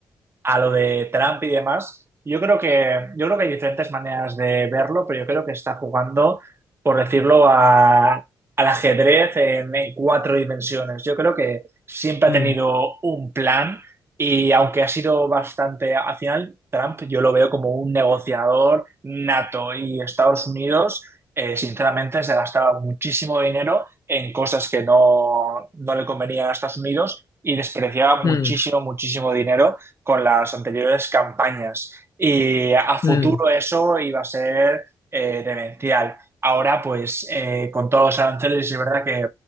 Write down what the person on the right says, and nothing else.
a lo de Trump y demás. Yo creo que, yo creo que hay diferentes maneras de verlo, pero yo creo que está jugando, por decirlo, a, al ajedrez en, en cuatro dimensiones. Yo creo que siempre ha
tenido un plan y aunque ha sido bastante, al final Trump yo lo veo como un negociador nato y Estados Unidos, eh, sinceramente, se gastaba muchísimo dinero en cosas que no, no le convenían a Estados Unidos y despreciaba
muchísimo, muchísimo dinero con las anteriores campañas. Y a futuro
eso iba a ser eh, demencial. Ahora, pues, eh, con todos los aranceles, es verdad que